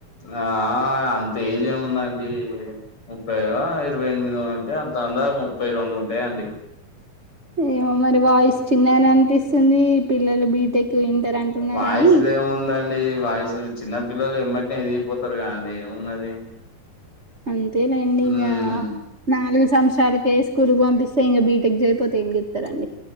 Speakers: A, on the left; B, on the right.
A: ఆ ఆ అంత ఏజ్ ఏముందండి ముప్పయో ఐద్ ఇరవై ఎన్మిదో అంటె అంత ఉండద్ ముప్పై రొండు ఉంటయండి
B: ఏమో మరి వాయిస్ చిన్ననే అన్ పిస్ ఉంది పిల్లలు బీటెక్ ఇంటర్ అంటున్నారని
A: వాయిస్ దేముందండి వయిసు చిన్న పిల్లల్ ఎమట్ నే ఎదిగిపోతర్ గా అండి ఏమున్నది
B: అంతేలెండి
A: ఉమ్
B: ఇంగా నాలుస్ తమ్ శాల్ కే స్కూల్ కు వంపిస్తే ఇంగ బీటెక్ జేయ్ పోతే ఏం జేత్తరండి